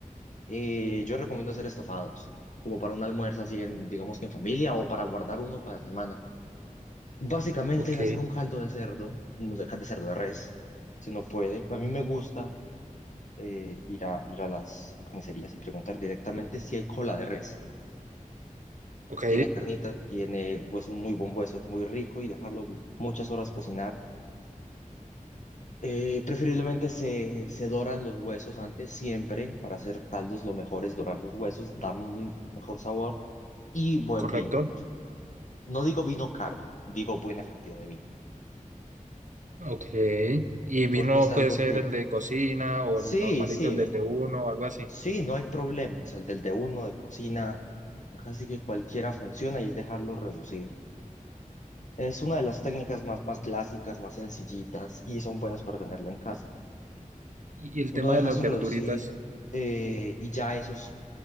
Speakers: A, on the left (about 60°); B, on the right (about 65°).
A: Eh, yo recomiendo hacer estofados, como para un almuerzo así en, digamos que en familia o para guardar uno para semana. Básicamente
B: Ok,
A: es hacer un caldo de cerdo, no de de cerdo de res, si no puede. A mí me gusta eh, ir a, ir a las carnicerías y preguntar directamente si hay cola de res.
B: ok,
A: Tiene carnita, tiene hueso, un muy buen hueso, es muy rico y dejarlo muchas horas cocinar Eh, preferiblemente se, se doran los huesos antes, siempre, para hacer caldos lo mejor es dorar los huesos, da un mejor sabor y buen
B: correcto.
A: vino. No digo vino caro, digo buena cantidad de vino,
B: Ok. Y vino
A: porque es algo
B: puede ser
A: que,
B: el de cocina o
A: sí,
B: el normalito,
A: sí,
B: el del de uno o algo así.
A: sí, no hay problema, o sea, el del de uno de cocina, casi que cualquiera funciona y es dejarlo reducir. Es una de las técnicas más, más clásicas, más sencillitas y son buenas para tenerlo en casa.
B: Y, y el
A: Uno
B: tema
A: deja
B: de las
A: eso
B: verduritas,
A: reducir eh, y ya eso es